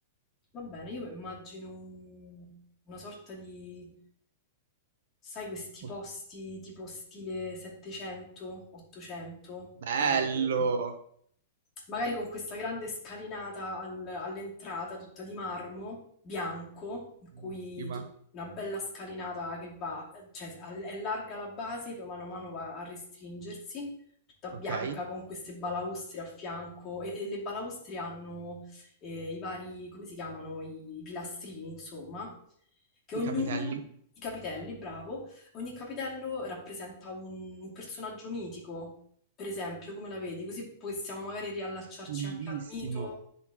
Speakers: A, on the left (about 30°); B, on the right (about 75°).
A: Va bene, io immagino un- una sorta di, sai, questi
B: Ok
A: posti tipo stile 700, 800
B: bello!
A: e magari con questa grande scalinata al- all'entrata, tutta di marmo bianco, in cui
B: Bellissima.
A: tu- una bella scalinata che va, cioè al- è larga la base, poi mano a mano va a restringersi, tutta bianca
B: Okay.
A: con queste balaustre a fianco e, e le balaustre hanno eh, i vari, come si chiamano, i, i pilastrini, insomma, che
B: I
A: ognuno,
B: capitelli?
A: i capitelli, bravo, ogni capitello rappresenta un un personaggio mitico. Per esempio, come la vedi? Così possiamo magari riallacciarci
B: Bellissimo.
A: anche al mito.